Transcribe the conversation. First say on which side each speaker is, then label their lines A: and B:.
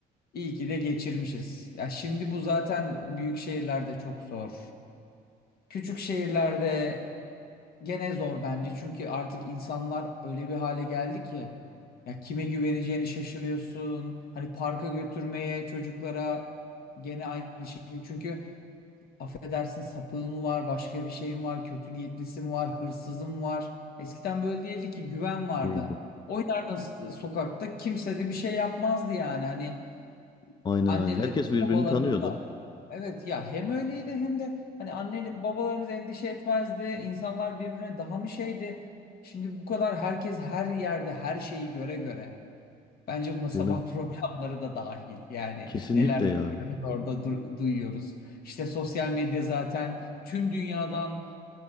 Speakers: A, on the left; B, on the left.
A: İyi ki de geçirmişiz. Ya şimdi bu zaten büyük şehirlerde çok zor. Küçük şehirlerde gene zor bence. Çünkü artık insanlar öyle bir hale geldi ki ya kime güveneceğini şaşırıyorsun. Hani parka götürmeye çocuklara gene aynı şekilde. Çünkü affedersin sapığı mı var, başka bir şey mi var, kötü niyetlisi mi var, hırsızı mı var? Eskiden böyle değildi ki güven vardı.
B: Değildi.
A: Oynardın s- sokakta kimse de bir şey yapmazdı yani. Hani
B: Aynen
A: annelerimiz,
B: aynen. Herkes birbirini
A: babalarımız
B: tanıyordu,
A: da evet ya hem öyleydi hem de hani anne babalarımız endişe etmezdi. İnsanlar birbirine daha mı şeydi? Şimdi bu kadar herkes her yerde her şeyi göre göre. Bence buna sabah
B: değil mi?
A: <laughs> programları da dahil. Yani
B: Kesinlikle
A: neler görüyoruz
B: ya.
A: orada du- duyuyoruz. İşte sosyal medya zaten tüm dünyadan